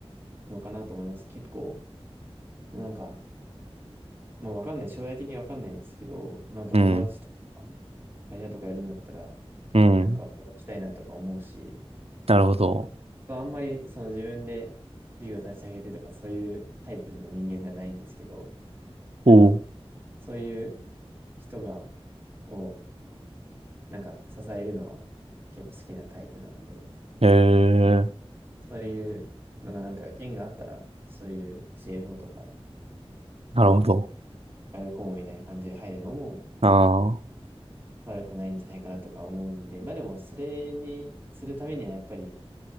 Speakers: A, on the right; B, on the right.
A: のかなと思います。結構、なんか、まあわかんない。将来的にわかんないんですけど、なんか友達とか
B: うん、
A: 会社とかやるんだったら、
B: うん。
A: なんか応援したいなとか思うし、
B: なるほど。
A: まあんまりその自分で事業立ち上げてとかそういうタイプの人間ではないんですけど、なんか
B: おう。
A: そういう人が、をなんか支えるのは結構好きなタイプなので、
B: へえ、
A: そういうのがなんか縁があったら、そういう CFO とか、
B: なるほど。
A: まあ、外部顧問みたいな感じで入るのも
B: ああ、
A: 悪くないんじゃないかなとか思うんで、まあでもそれにするためにはやっぱり、